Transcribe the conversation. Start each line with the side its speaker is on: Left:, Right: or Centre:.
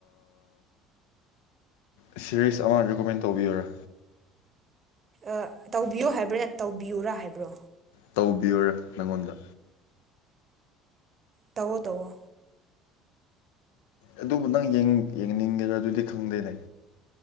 Left: ꯁꯦꯔꯤꯁ ꯑꯃ ꯔꯤꯀꯣꯃꯦꯟ ꯇꯧꯕꯤꯌꯨꯔꯥ
Right: ꯑꯥ ꯇꯧꯕꯤꯌꯣ ꯍꯥꯏꯕꯩꯔꯥ ꯇꯧꯕꯤꯌꯨꯔꯥ ꯍꯥꯏꯕ꯭ꯔꯣ
Left: ꯇꯧꯕꯤꯌꯨꯔꯥ ꯅꯥꯉꯣꯟꯗ
Right: ꯇꯧꯋꯣ ꯇꯧꯋꯣ
Left: ꯑꯗꯨꯕꯨ ꯅꯪ ꯌꯦꯡꯅꯤꯡ ꯌꯦꯡꯅꯤꯡꯒꯦꯔꯥ ꯗꯨꯗꯤ ꯈꯪꯗꯦꯅꯦ